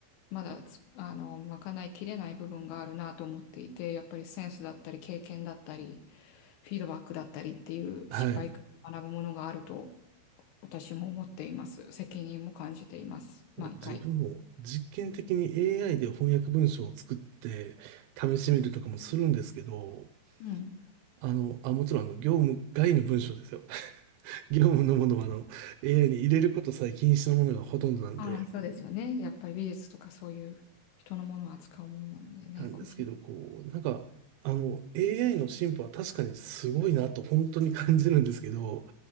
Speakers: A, on the left (about 80°); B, on the right (about 80°).
A: まだつあの、賄いきれない部分があるなと思っていて、やっぱりセンスだったり、経験だったり、フィードバックだったりっていう失敗から学ぶものがあると
B: はい。
A: 私も思っています。責任も感じています。毎回。
B: 自分も実験的に AI で翻訳文章を作って試してみるとかもするんですけど、
A: うん。
B: あの、あ、もちろんあの、業務外の文章ですよ。<laughs> 業務のものはあの、AI に入れることさえ禁止のものがほとんどなんで、
A: ああ、そうですよね。やっぱり美術とかそういう人のものを扱うものなのでね、
B: なんですけど、
A: 個人。
B: こう、なんか、あの、AI の進歩は確かにすごいなと本当に感じるんですけど、